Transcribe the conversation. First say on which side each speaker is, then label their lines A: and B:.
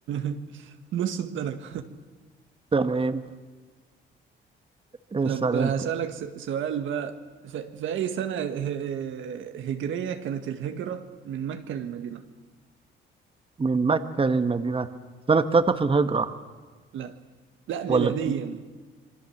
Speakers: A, on the right (about 75°); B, on the right (about 25°).
A: <laughs> نص الدرجة
B: تمام اسال
A: طب هسألك
B: انت
A: س- سؤال بقى ف- في أي سنة ه- هجرية كانت الهجرة من مكة للمدينة؟
B: من مكه للمدينه سنه 3 في الهجره
A: لا لا ميلاديا
B: ولا